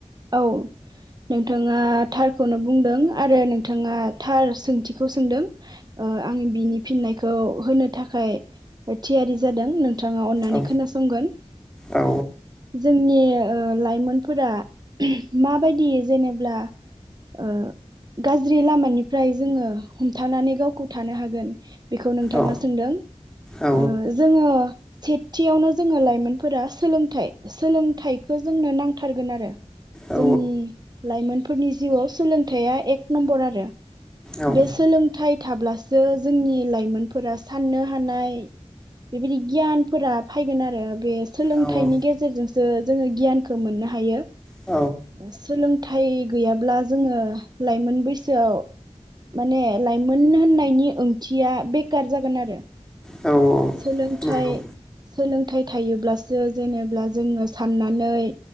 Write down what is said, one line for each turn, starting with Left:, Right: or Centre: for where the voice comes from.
Right: औ नोंथाङा थारखौनो बुंदों आरो नोंथाङा थार सोंथिखौ सोंदों ओ आं बिनि फिननायखौ होनो थाखाय थियारि जादों नों नोंथाङा अननानै
Centre: औ
Right: खोनासंगोन
Centre: औ
Right: जोंनि ओ लाइमोनफोरा उम माबायदियै जेनेब्ला ओ गाज्रि लामानिफ्राय जोङो हमथानानै गावखौ थानो हागोन बेखौ नोंथाङा
Centre: औ
Right: सोंदों
Centre: औ
Right: ओ जोङो सेथियावनो जोङो लाइमोनफोरा सोलोंथाइ सोलोंथाइखो जोंनो नांथारगोन आरो
Centre: औ
Right: जोंनि लाइमोनफोरनि जिउआव सोलों थाया एक नम्बर आरो
Centre: औ
Right: बे सोलोंथाइ थाब्लासो जो जोंनि लाइमोनफोरा साननो हानाय बेबायदि गियानफोरा फायगोन आरो बे सोलोंथाइनि
Centre: औ औ
Right: गेजेरजोंसो जोङो गियान खो मोननो हायो।
Centre: औ
Right: ओ सोलोंथाइ गैयाब्ला जोङो लाइमोन बैस सोआव माने ला मोन होननायनि ओंथिया बेखार जागोन आरो
Centre: औ औ
Right: सोलोंथाइ
Centre: नंगौ
Right: सोलोंथाय थायोब्लासो जो जेनेब्ला जोङो साननानै